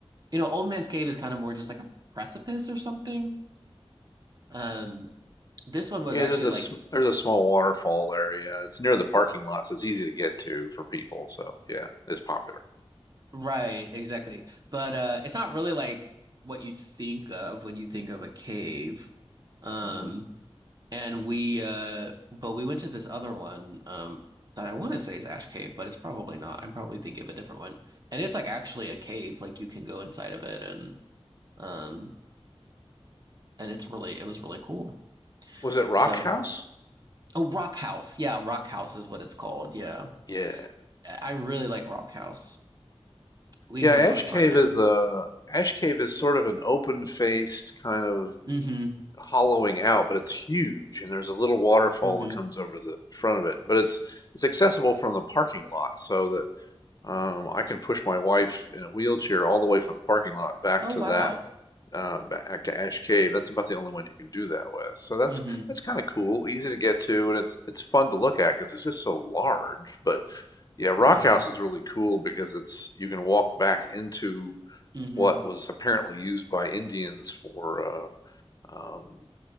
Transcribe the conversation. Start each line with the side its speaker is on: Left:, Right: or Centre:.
Right: you know, Old Man's Cave is kind of more just like a precipice or something. Um, this one was
Left: Yeah,
Right: actually
Left: there's a
Right: like.
Left: sm- there's a small waterfall there. Yeah, it's near the parking lot, so it's easy to get to for people. So yeah, it's popular.
Right: Right, exactly. But uh it's not really like what you think of when you think of a cave. Um
Left: hmm
Right: and we uh but we went to this other one um that I want to say is Ash Cave, but it's probably not. I'm probably thinking of a different one. And it's like actually a cave, like you can go inside of it and um and it's really it was really cool.
Left: Was it Rock
Right: So,
Left: House?
Right: oh Rock House. Yeah, Rock House is what it's called. Yeah.
Left: Yeah,
Right: I really like Rock House. We
Left: yeah.
Right: had
Left: Ash
Right: a lot of
Left: Cave
Right: fun there.
Left: is a Ash Cave is sort of an open-faced kind of
Right: Mm-hmm.
Left: hollowing out, but it's huge, and there's a little waterfall
Right: Mm-hmm.
Left: that comes over the front of it. But it's it's accessible from the parking lot, so that um, I can push my wife in a wheelchair all the way from the parking lot back
Right: Oh
Left: to
Right: wow.
Left: that uh, back to Ash Cave. That's about the only one you can do that with. So that's
Right: Mm-hmm.
Left: that's kind of cool, easy to get to, and it's it's fun to look at because it's just so large. But yeah, Rock
Right: Yeah.
Left: House is really cool because it's you can walk back into
Right: hmm
Left: what was apparently used by Indians for uh, um,